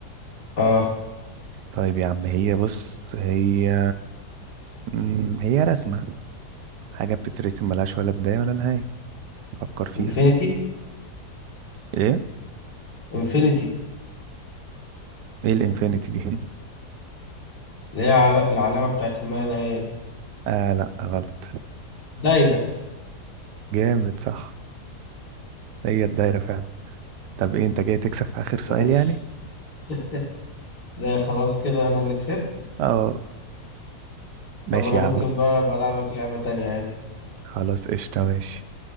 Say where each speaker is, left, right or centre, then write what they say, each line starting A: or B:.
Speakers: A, on the left (about 70°); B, on the right (about 85°).
A: آه
B: طيب يا عم هي بص هي مم، هي رسمة حاجة بتترسم ملهاش ولا بداية ولا نهاية فكر فيها
A: انفينيتي
B: ايه
A: انفينيتي
B: ايه الانفينيتي دي <laughs>
A: اللي هي عل- العلامة بتاعت الملا نهاية دي
B: اه لا غلط
A: دايرة
B: جامد صح هي الدايرة فعلا طب ايه انت جاي تكسب في اخر سؤال
A: ماشي
B: يعني
A: <laughs> ده خلاص كده أنا اللي كسبت
B: اه ماشي
A: طب انا
B: يا
A: ممكن
B: عم
A: بقى بلعبك لعبة تانية عادي
B: خلاص قشطة ماشي